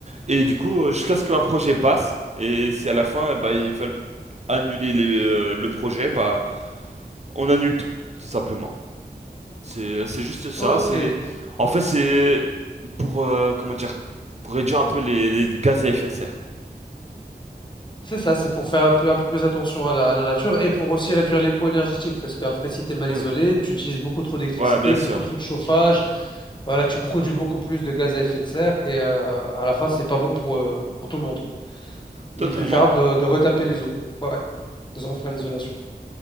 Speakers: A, on the right; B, on the left.
A: Et du coup, euh, jusqu'à ce qu'un projet passe, et si à la fin, euh, bah, ils veulent annuler les- euh, le projet, bah, on annule tout, tout simplement. C'est, euh, c'est juste ça.
B: Ok.
A: C'est, en fait, c'est pour, euh, comment dire, pour réduire un peu les, les gaz à effet de serre.
B: C'est ça, c'est pour faire un peu, un peu plus attention à la, à la nature et pour aussi réduire les coûts énergétiques. Parce qu'après, si tu es mal
A: Ouais,
B: isolé, tu utilises beaucoup trop d'électricité,
A: ouais, bien sûr,
B: beaucoup trop de chauffage. Voilà, tu produis beaucoup plus de gaz à effet de serre et euh, à la fin, c'est pas bon pour, euh, pour tout le monde.
A: totalement.
B: Il est préférable de, de retaper les eaux. Ouais, de se refaire l'isolation.